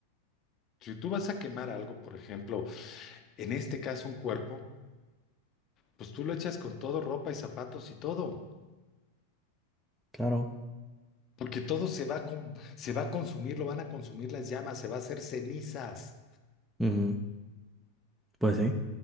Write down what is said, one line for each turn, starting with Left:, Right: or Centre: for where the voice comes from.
Left: si tú vas a quemar algo, por ejemplo, en este caso un cuerpo, pues tú lo echas con todo, ropa y zapatos y todo.
Centre: Claro.
Left: Porque todo se va a, com- se va a consumir, lo van a consumir las llamas, se va a hacer cenizas.
Centre: ujú, Pues sí.